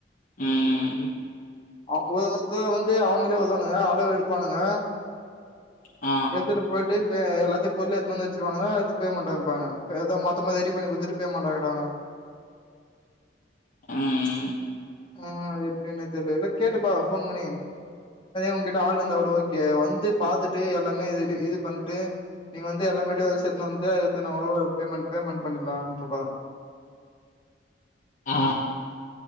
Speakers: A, on the left; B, on the left.
A: ம்
B: அவுங்கத்த வந்து அவனுங்களே வருவானுங்க அளவு எடுப்பானுங்க
A: ஆ,
B: எத்துன்னு போய்ட்டு எல்லாத்தையும் பொருள் எத்துன்னு வந்து வச்சுருவாங்க எத்து பேமெண்ட் அனுப்பாங்க ஏதோ மொத்தமா ரெடி பண்ணி குடுத்துட்டு பேமெண்ட் வாங்கிடுவாங்க
A: ம்
B: ஆ அது எப்படின்னு தெர்ல இல்ல கேட்டுப்பா ஃபோன் பண்ணி உங்ககிட்ட ஆள் இருந்தா கூட ஓகே வந்து பாத்துட்டு எல்லாமே எல்லாமே இது இது பண்ணிட்டு நீங்க வந்து எல்லாமே டிவைஸ் எத்தனை வந்து பேமெண்ட் பேமெண்ட் பண்ணிடலாம் இருப்பாங்க
A: ஆ